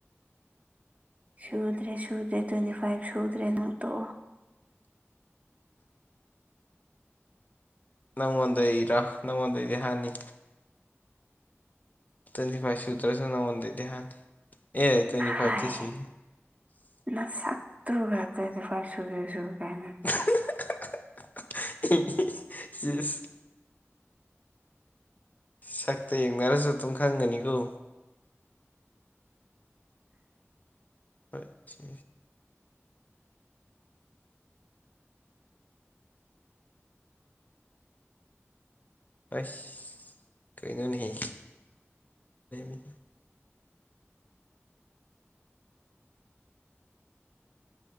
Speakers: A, on the right; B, on the left.
A: ꯁꯨꯗ꯭ꯔꯦ ꯁꯨꯗ꯭ꯔꯦ ꯇ꯭ꯋꯦꯟꯇꯤ ꯐꯥꯏꯚ ꯁꯨꯗ꯭ꯔꯦ ꯅꯪ ꯇꯣꯛꯑꯣ
B: ꯅꯪꯉꯣꯟꯗꯩꯩꯔꯥ ꯅꯪꯉꯣꯟꯗꯩꯗꯤ ꯍꯟꯅꯤ ꯇ꯭ꯋꯦꯟꯇꯤ ꯐꯥꯏꯚ ꯁꯨꯇ꯭ꯔꯁꯨ ꯅꯉꯣꯟꯗꯩꯩꯗꯤ ꯍꯟꯅꯤ ꯑꯦ ꯇ꯭ꯋꯦꯟꯇꯤ ꯐꯥꯏꯚꯇꯤ
A: ꯍꯥꯏ
B: ꯁꯨꯏ
A: ꯅꯁꯛꯇꯨꯒ ꯇ꯭ꯋꯦꯟꯇꯤ ꯐꯥꯏꯚ ꯁꯨꯗ꯭ꯔꯁꯨ ꯀꯥꯏꯅ
B: <unintelligible> ꯁꯛꯇ ꯌꯦꯡꯅꯔꯁꯨ ꯑꯗꯨꯝ ꯈꯪꯒꯅꯤꯀꯣ ꯍꯣꯏ ꯁꯤ ꯑꯁ ꯀꯩꯅꯣꯅꯦꯍꯦ <unintelligible>